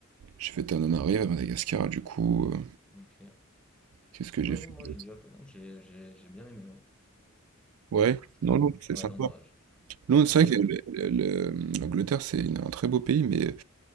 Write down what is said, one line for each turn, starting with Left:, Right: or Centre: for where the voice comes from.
Right: J'ai fait Tananarive à Madagascar, du coup. euh,
Centre: ok.
Right: Qu'est-ce que
Centre: Ouais,
Right: j'ai
Centre: Londres,
Right: fait
Centre: moi
Right: d'autre?
Centre: j'ai déjà fait Londres, j'ai j'ai- j'ai bien aimé Londres.
Right: Ouais,
Centre: C'était
Right: non,
Centre: vraiment.
Right: non, c'est
Centre: Ouais,
Right: sympa.
Centre: Londres, j-
Right: Non, c'est
Centre: ouais,
Right: vrai
Centre: j'adore.
Right: que le- le- le- l'Angleterre, c'est une- un très beau pays, mais euh,